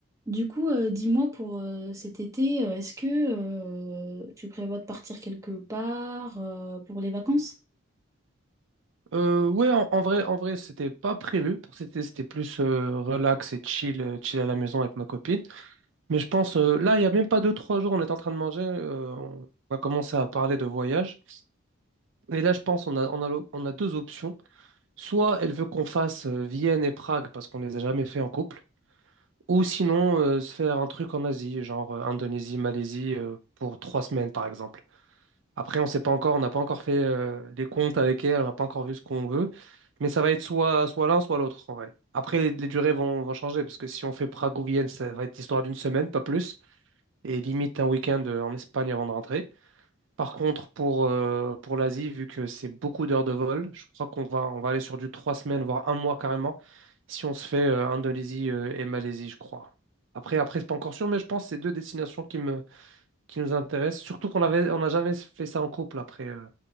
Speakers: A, on the right; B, on the right.
A: Du coup, euh, dis-moi pour euh, cet été, euh, est-ce que euh, tu prévois de partir quelque part euh, pour les vacances?
B: Euh, ouais, en, en vrai, en vrai, c'était pas prévu pour cet été, c'était plus euh, relax et chill, euh, chill à la maison avec ma copine. Mais je pense, euh, là, il y a même pas deux, trois jours, on est en train de manger, euh, on a commencé à parler de voyage. Et là, je pense, on a, on a, l'o- on a deux options. Soit elle veut qu'on fasse euh, Vienne et Prague parce qu'on les a jamais fait en couple. Ou sinon, euh, se faire un truc en Asie, genre euh, Indonésie, Malaisie, euh, pour trois semaines, par exemple. Après, on sait pas encore, on n'a pas encore fait euh, les comptes avec elle, on n'a pas encore vu ce qu'on veut, mais ça va être soit, soit l'un, soit l'autre, en vrai. Après, les, les durées vont, vont changer, parce que si on fait Prague ou Vienne, ça va être l'histoire d'une semaine, pas plus, et limite un week-end euh, en Espagne avant de rentrer. Par contre, pour, euh, pour l'Asie, vu que c'est beaucoup d'heures de vol, je crois qu'on va, on va aller sur du trois semaines, voire un mois carrément, si on se fait euh, Indonésie euh, et Malaisie, je crois. Après, après, c'est pas encore sûr, mais je pense que c'est deux destinations qui me, qui nous intéressent. Surtout qu'on avait, on n'a jamais fait ça en couple après. euh,